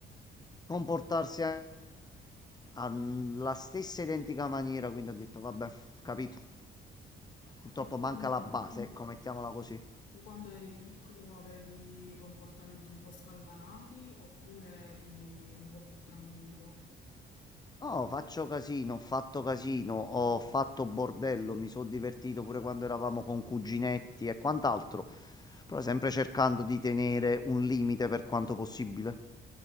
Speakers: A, on the left; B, on the left.
A: comportarsi a- alla stessa identica maniera, quindi ho detto, vabbè, capito. Purtroppo
B: Ma tu
A: manca
B: quando,
A: la base, ecco, mettiamola così.
B: tu quando eri piccolo avevi comportamenti un po' scalmanati oppure eri un po' più tranquillo?
A: No, faccio casino, ho fatto casino, ho fatto bordello, mi sono divertito pure quando eravamo con cuginetti e quant'altro, però sempre cercando di tenere un limite per quanto possibile.